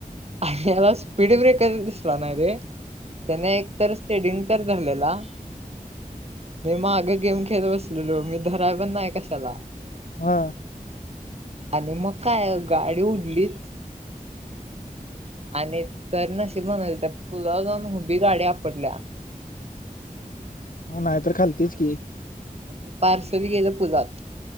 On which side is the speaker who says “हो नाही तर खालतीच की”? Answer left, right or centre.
Left